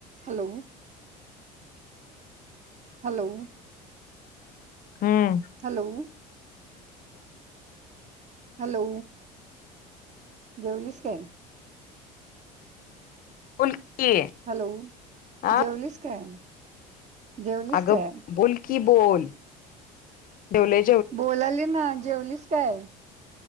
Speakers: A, on the right (about 35°); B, on the left (about 45°).
A: Hello hello
B: hmm
A: hello hello जेवलीस का
B: बोल की
A: हॅलो
B: आ
A: जेवलस काय जेवलीस
B: अगं
A: काय
B: बोल की बोलवले
A: बोलाली ना जेवलीच काय